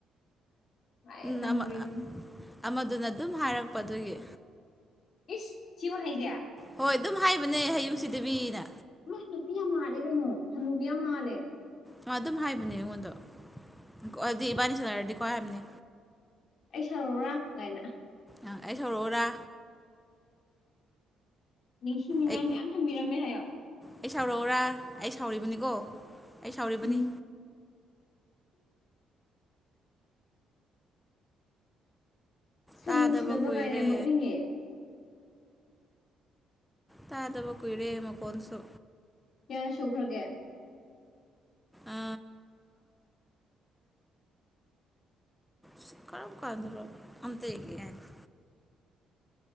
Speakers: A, on the left; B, in the centre.
A: ꯂꯥꯏꯔꯤꯛ ꯇꯝꯃꯨꯔꯤꯕꯅꯤ
B: ꯅꯃꯥ ꯑꯃꯗꯨꯅ ꯑꯗꯨꯝ ꯍꯥꯏꯔꯛꯄ ꯑꯗꯨꯒꯤ
A: ꯏꯁ ꯁꯤ ꯋꯥꯍꯩꯖꯦ
B: ꯍꯣꯏ ꯑꯗꯨꯝ ꯍꯥꯏꯕꯅꯦ ꯍꯌꯨꯝ ꯁꯤꯗꯕꯤꯅ
A: ꯃꯥ ꯅꯨꯄꯤ ꯌꯥꯝ ꯃꯥꯜꯂꯦ ꯀꯩꯅꯣ ꯍꯅꯨꯕꯤ ꯌꯥꯝ ꯃꯥꯜꯂꯦ
B: ꯃꯥ ꯑꯗꯨꯝ ꯍꯥꯏꯕꯅꯦ ꯑꯩꯉꯣꯟꯗꯣ <unintelligible> ꯗꯤ ꯏꯕꯥꯅꯤ ꯁꯥꯟꯅꯔꯗꯤ ꯀꯣ ꯍꯥꯏꯕꯅꯦ
A: ꯑꯩ ꯁꯥꯎꯔꯧꯔꯥ ꯒꯥꯏꯅ
B: ꯑꯥ ꯑꯩ ꯁꯥꯎꯔꯣꯔꯥ
A: ꯅꯤꯡꯁꯤꯡꯅꯤꯉꯥꯏ
B: ꯑꯩ
A: ꯃꯌꯥꯝ ꯊꯝꯕꯤꯔꯝꯃꯦ ꯍꯥꯏꯌꯣ
B: ꯑꯩ ꯁꯥꯎꯔꯛꯎꯔꯥ ꯑꯩ ꯁꯥꯎꯔꯤꯕꯅꯤꯀꯣ ꯑꯩ ꯁꯥꯎꯔꯤꯕꯅꯤ
A: ꯎꯝ ꯁꯥꯌꯨꯝ
B: ꯇꯥꯗꯕ
A: ꯁꯤꯗꯕ
B: ꯀꯨꯏꯔꯦ
A: ꯀꯥꯏꯅ ꯌꯥꯝ ꯅꯣꯛꯅꯤꯡꯉꯦ
B: ꯇꯥꯗꯕ ꯀꯨꯏꯔꯦ ꯃꯈꯣꯟꯁꯨ
A: ꯀꯌꯥꯔꯛ ꯁꯨꯈ꯭ꯔꯥꯒꯦ
B: ꯑ, ꯁꯤ ꯀꯔꯝ ꯀꯥꯟꯗꯥꯔꯣ ꯑꯝꯇꯥ ꯌꯦꯡꯒꯦ ꯉꯥꯏꯈꯣ